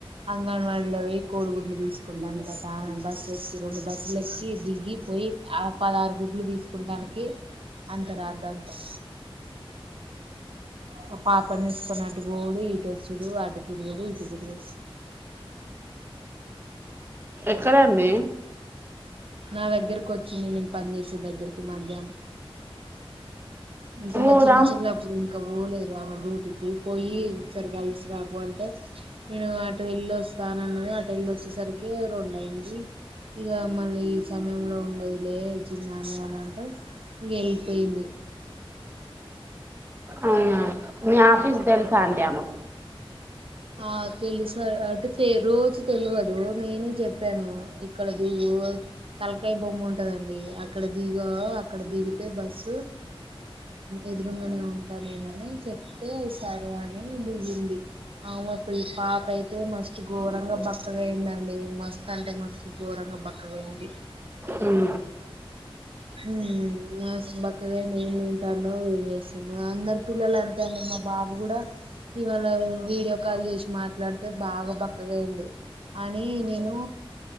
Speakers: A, on the right (about 65°); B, on the right (about 25°).
A: అంగన్వాడీలో పోయి కోడిగుడ్లు తీసుకుంటానికట ఆమె బస్సులు ఎక్కి రెండు బస్సులు ఎక్కి దిగి పొయ్యి ఆ పదారు గుడ్లు తీసుకుంటానికి అంత రాద్ధాంతం మా పాపనేసుకొని అటుబోవుడు ఇటొచ్చుడు అటు దుడుగుడు ఇటు దుడుగుడు
B: ఎక్కడండి
A: నా దగ్గరకొచ్చింది నేను పని చేేసే దగ్గరికి మధ్యానం ఇంక మా
B: ఊరా
A: చిన్ చిన్నప్పుడు ఇంక పోలే గాని డ్యూటీకి పొయ్యి ఒకసారి కలిసి రాపో అంటే నేను అటు వెళ్లి స్థానన్నది అటెల్లొచ్చేసరికే రొండైంది ఇగ మళ్ళీ ఈ సమయం లో ఉండదులే ఈ పిల్లా అంటే ఇగైపొయింది
B: అవునా మీ ఆఫీస్ తెలుసా అండి ఆమెకు
A: ఆ తెలుస్ అంటే తె రోజు తెలువదు నేనే చెప్పాను ఇక్కడ దువ్వు తలకాయ్ బొమ్మ ఉంటదండి అక్కడ దిగా అక్కడ దిగితే బస్సు ఎదురుంగానే ఉంటా నేనని చెప్తే సరే అని దిగింది అవుమప్ ఈ పాపైతే మస్తు ఘోరంగా బక్కగా అయిందండి మస్త్ అంటే మస్తు ఘోరం ఇంగా బక్కగైంది
B: ఉమ్
A: మ్మ్ మస్ బక్కగైంది ఏం తింటాందో ఏం చేస్తుం అందరి పిల్లలంతే అండి మా బాబు గుడా ఇవాళ వీడియో కాల్ జేషి మాట్లాడితే బాగ బక్కగైండు అని నేను